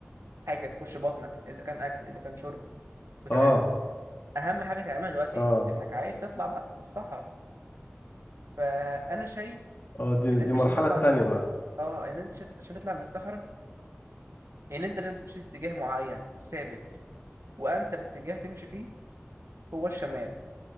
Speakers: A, on the right; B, on the left.
A: وحاجه تخش بطنك اذا كان اكل اذا كان شرب وتمام
B: اه
A: اهم حاجه تعملها دلوقتي
B: اه
A: انك عايز تطلع بقى من الصحراء فانا شايف
B: اه دي
A: ان
B: دي
A: انت
B: المرحله
A: عشان تطلع
B: التانيه
A: من
B: بقى
A: اه ان انت عشان تطلع من الصحراء ان انت لازم تمشي في اتجاه معين ثابت وانسب اتجاه تمشي فيه هو الشمال